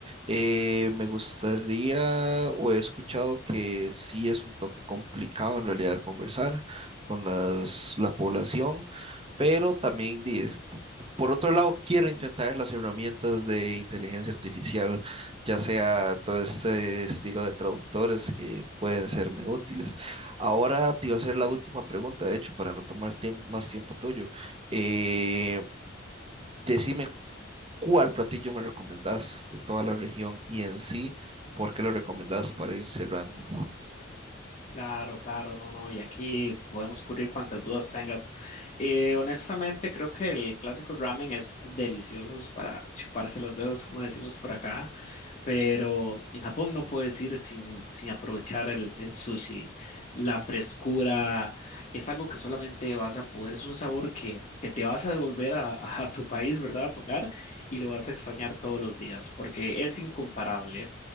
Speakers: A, on the right; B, on the left.
A: Eh, me gustaría, o he escuchado que sí es un toque complicado en realidad conversar con las, la población, pero también, di- p- por otro lado, quiero intentar las herramientas de inteligencia artificial, ya sea todo este estilo de traductores que pueden serme útiles. Ahora te iba a hacer la última pregunta, de hecho, para no tomar tiemp- más tiempo tuyo. Eh, decime cuál platillo me recomendás de toda la región y en sí, por qué lo recomendás para ir cerrando.
B: Claro, claro, no, no, y aquí podemos cubrir cuantas dudas tengas. Eh, honestamente, creo que el clásico ramen es delicioso es para chuparse los dedos, como decimos por acá, pero en Japón no puedes ir sin, sin aprovechar el, el sushi. La frescura es algo que solamente vas a poder, es un sabor que, que te vas a devolver a, a tu país, ¿verdad? A tu hogar, y lo vas a extrañar todos los días, porque es incomparable.